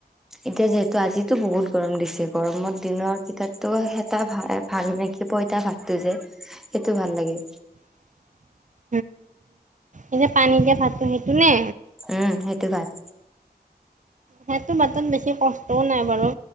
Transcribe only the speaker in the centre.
এতিয়া যিহেতু আজিতো বহুত গৰম দিছে গৰমত দিনৰ কিতাপতো এটা ভ ভাল মানে কি পইতা ভাতটো যে সেইটো ভাল লাগে
উম সেইটো ভাত